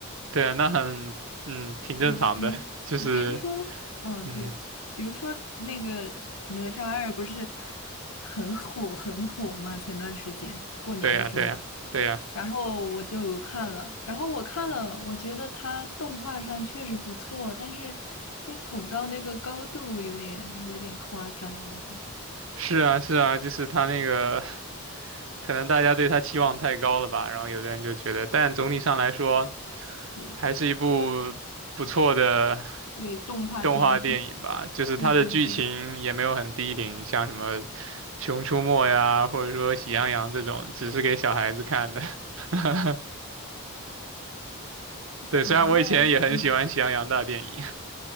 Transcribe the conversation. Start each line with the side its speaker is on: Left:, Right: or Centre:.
Right: 对啊，那很嗯挺正常的，
Left: 对，比如
Right: 就是
Left: 比如说，嗯，
Right: 嗯，
Left: 对，比如说那个哪吒二不是很火很火嘛？前段时间过年的时候。
Right: 对呀，对呀，对呀。
Left: 然后我就有看了，然后我看了，我觉得它动画上确实不错，但是被捧到那个高度有点有点夸张了，我觉得。
Right: 是啊，是啊，就是他那个，<laughs> 可能大家对他期望太高了吧，然后有的人就觉得，但总体上来说，
Left: 对
Right: 还是一部不错的
Left: 对，动画电影，
Right: 动画电影吧。就是它的剧情也没有很低龄，
Left: <laughs> 对对对。
Right: 像什么《熊出没》呀，或者说《喜羊羊》这种，只是给小孩子看的。<laughs> 对，
Left: 然后，
Right: 虽然我以前也很喜欢《喜羊羊》大电影，
Left: 嗯，